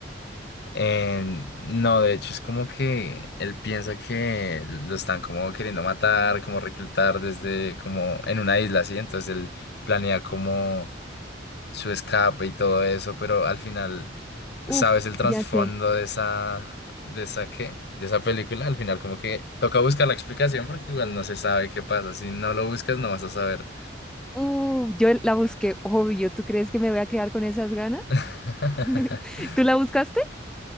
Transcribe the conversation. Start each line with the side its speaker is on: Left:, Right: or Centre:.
Left: Eh, no, de hecho es como que él piensa que lo están como queriendo matar, como reclutar desde como en una isla, así Entonces él planea como su escape y todo eso, pero al final, ¿sabes
Centre: Uf,
Left: el trasfondo
Centre: ya sé.
Left: de esa, de esa qué? De esa película, al final como que toca buscar la explicación porque igual no se sabe qué pasa. Si no lo buscas no vas a saber.
Centre: Uh, yo la busqué, obvio. ¿Tú crees que me voy a quedar con esas ganas?
Left: <laughs>
Centre: <laughs> ¿Tú la buscaste?